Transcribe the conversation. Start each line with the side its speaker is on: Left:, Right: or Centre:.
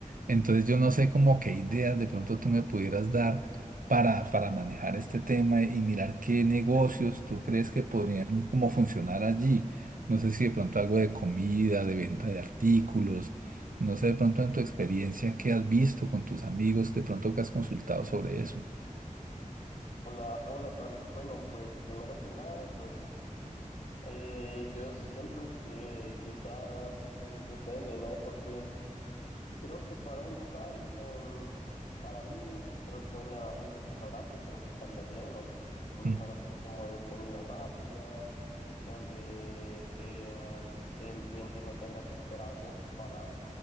Right: Entonces yo no sé como qué ideas de pronto tú me pudieras dar para, para manejar este tema y mirar qué negocios tú crees que podrían como funcionar allí. No sé si de pronto algo de comida, de venta de artículos no sé de pronto en tu experiencia qué has visto con tus amigos, de pronto que has consultado sobre eso.
Left: Hola, hola Carlos. Bueno, pues primero que nada, pues eh, yo siento que quizás eh, depende, ¿no? Porque Creo que para un local, em, para mí, creo que una, un restaurante, creo que estaría bien, ¿no? Un restaurante
Right: Mm,
Left: así como de comida rápida, donde em, el cliente no tenga que esperar mucho para,